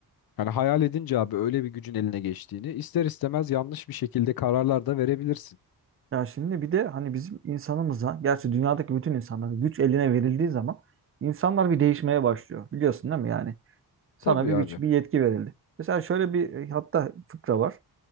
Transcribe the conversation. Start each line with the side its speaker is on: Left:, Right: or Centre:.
Left: hani hayal edince abi öyle bir gücün eline geçtiğini ister istemez yanlış bir şekilde kararlar da verebilirsin.
Right: Ya şimdi bir de hani bizim insanımıza, gerçi dünyadaki bütün insanlara güç eline verildiği zaman insanlar bir değişmeye başlıyor. Biliyorsun değil mi yani? Sana
Left: Tabii
Right: bir güç,
Left: abi.
Right: bir yetki verildi. Mesela şöyle bir e, hatta fıkra var.